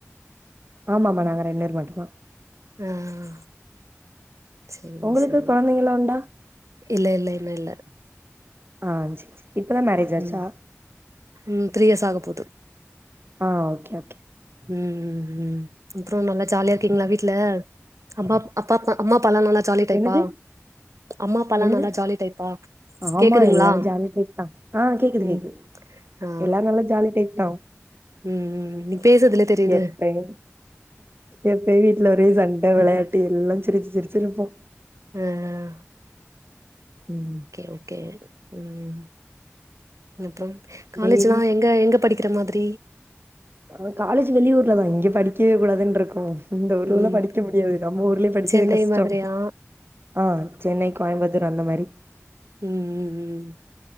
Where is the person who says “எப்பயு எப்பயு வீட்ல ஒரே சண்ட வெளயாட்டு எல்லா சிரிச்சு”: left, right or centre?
Right